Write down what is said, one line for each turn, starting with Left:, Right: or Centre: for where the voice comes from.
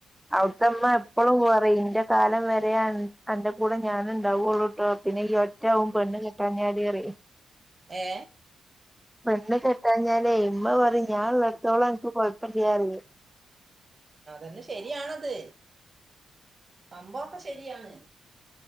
Centre: അവിട്ത്തമ്മാ എപ്പളും പറയും ഇന്റെ കാലം വരെ അൻ അന്റെ കൂടെ ഞാന്ണ്ടാവുള്ളൂട്ടോ പിന്നെ ഈ ഒറ്റ ആവും പെണ്ണ് കിട്ടാഞ്ഞാല് അറിം.
Right: ഏ
Centre: പെണ്ണ് കെട്ടാഞ്ഞാലേ ഇമ്മ പറിം ഞാൻള്ളടത്തോളൻ ക്ക് കൊഴപ്പല്ല്യാറിം.
Right: അതന്നെ ശരിയാണത് സംഭവൊക്കെ ശരിയാണ്.